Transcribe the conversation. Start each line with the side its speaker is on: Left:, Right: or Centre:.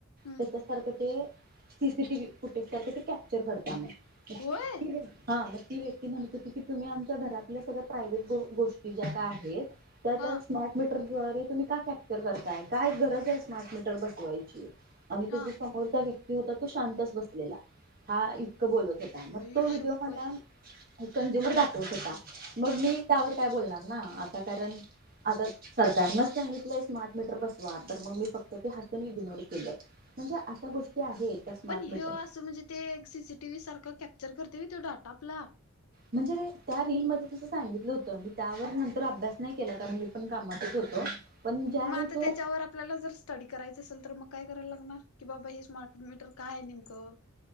Left: हम्म
Right: त्याच्यासारखं ते सीसीटीव्ही फुटेज सारखं ते कॅप्चर करततय मग.
Left: होय
Right: हा मग ती व्यक्ती म्हणतं होती की तुम्ही आमच्या घरातल्या सगळ्या प्राव्हेट गोष्टी जातं आहेत त्या
Left: हा
Right: त्या स्म मीटर दुवारे हे तुम्ही काय फॅक्चर करताय काय गरज आहे स्मार्टमीीटर बसवायची. आणि
Left: हा
Right: तो जो समोरचा व्यक्ती होता तो शांतच बसलेला हा इतकं बोलत होता. मग
Left: आई
Right: तो व्हिडिओ
Left: शपथ
Right: मला कंझ्युमर दाखवत होता मग
Left: हा
Right: मी त्यावर काय बोलणार ना आता कारण आता सरकारनच सांगितलंय स्मार्ट मीटर बसवा तर मग मी फक्त इग्नोर केल म्हणजे अशा गोष्टी आहेत त्या स्मार्ट
Left: पण हे
Right: मीटर
Left: असं म्हणजे ते सीसीटीव्ही सारखं कॅप्चर करतय डाटा आपला.
Right: म्हणजे त्या रीलमध्ये तसं सांगितलं होतं मी त्यावर नंतर अभ्यास नाही केला कारण मी पण कामातच होतो. पण ज्यावेळी
Left: मग आता
Right: तो
Left: त्याच्यावर आपल्याला जर करायचं असेल तर मग काय करायला लागणार की बाबा हे स्मार्ट मीटर काय आहे नेमकं.